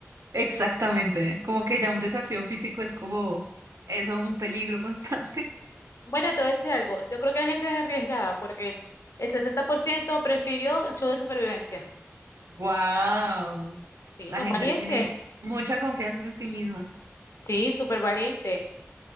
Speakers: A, on the right; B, on the left.
A: Exactamente, como que ya un desafío físico es como eso, un peligro <laughs> constante.
B: Bueno, te voy a decir algo. Yo creo que la gente es arriesgada porque el 60% prefirió el show de supervivencia.
A: Wow,
B: Sí,
A: la
B: son
A: gente
B: valientes.
A: tiene mucha confianza en sí misma.
B: Sí, súper valientes.